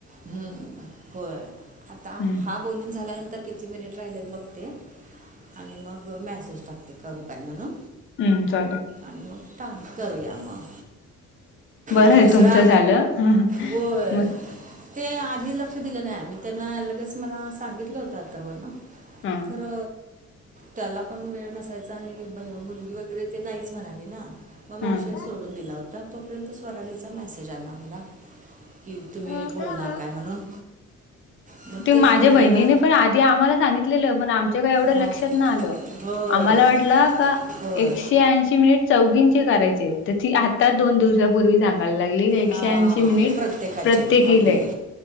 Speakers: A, on the right; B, on the left.
A: हम्म होय, आता
B: ह
A: हा बोलून झाल्यानंतर किती मिनिट राहिले बघते. आणि मग मेसेज टाकते. करू काय म्हणून.
B: हम्म चालेल.
A: आणि मग टाग करूया मग.
B: बरं
A: मग
B: आहे
A: दुसरा,
B: तुमचं झालं हा हा.
A: होय
B: मग
A: ते आधी लक्ष दिल नाही. मी त्यांना लगेच मला सांगितल होत अथर्वला.
B: हम्म
A: खर त्याला पण वेळ नसायचा आणि मुलगी वगैरे ते नाहीच म्हणाली ना. मग मी विषय
B: ह
A: सोडून दिला होता. तोपर्यंत स्वरालीचा मेसेज आला मला की तुम्ही
B: ह
A: बोलणार काय म्हणून. मग
B: ते
A: तेच
B: माझ्या
A: मुलग्याला
B: बहिणीने पण आधी आम्हाला सांगितलेल. पण आम त्या काय एवढ
A: हां
B: लक्षात नाही आल.
A: होय
B: आम्हाला वाटला का
A: होय
B: एकशे ऐशी मिनट चौघींचे करायचे आहेत. तर ती आताच दोन दिवसापूर्वी सांगायला लागली एकशे
A: हां
B: ऐंशी मिनिट
A: प्रत्येकाचे
B: प्रत्येकीला
A: आपले
B: आहेत.